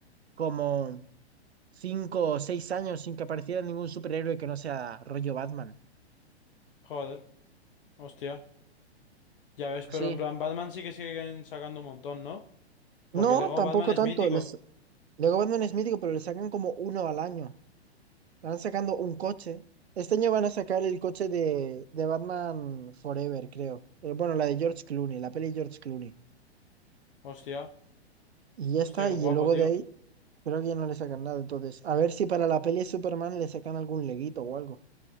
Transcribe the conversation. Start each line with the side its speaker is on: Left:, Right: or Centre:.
Right: como cinco o seis años sin que apareciera ningún superhéroe que no sea rollo Batman.
Left: Joder, hostia. Ya ves, pero
Right: Sí.
Left: en plan Batman sí que siguen sacando un montón, ¿no? Porque
Right: No,
Left: el Lego
Right: tampoco
Left: Batman es
Right: tanto.
Left: mítico.
Right: Les... Luego Batman es mítico, pero le sacan como uno al año. Van sacando un coche. Este año van a sacar el coche de, de Batman Forever, creo. Eh, Bueno, la de George Clooney, la peli de George Clooney.
Left: Hostia,
Right: Y ya
Left: hostia,
Right: está,
Left: qué
Right: y
Left: guapo,
Right: luego
Left: tío.
Right: de ahí creo que ya no le sacan nada. Entonces, a ver si para la peli de Superman le sacan algún leguito o algo.